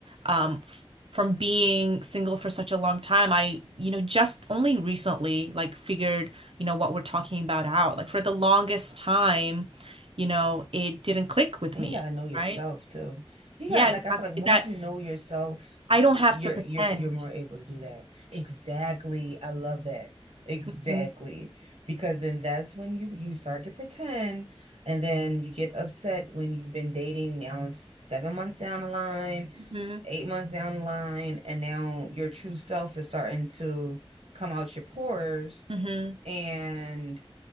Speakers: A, on the right; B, on the right.
A: um, f from being single for such a long time, I, you know, just only recently like figured, you know, what we're talking about out. Like for the longest time, you know, it didn't click with
B: And
A: me,
B: you gotta know yourself
A: right?
B: too. You gotta
A: Yeah,
B: like
A: exactly.
B: I feel like once
A: That
B: you know yourself,
A: I
B: y-
A: don't have
B: you're
A: to pretend.
B: you're you're more able to do that. Exactly. I love that. Exactly.
A: Mhm.
B: Because then that's when you you start to pretend and then you get upset when you've been dating now it's seven months down the line,
A: hmm
B: eight months down the line, and now your true self is starting to come out your pores.
A: hmm
B: and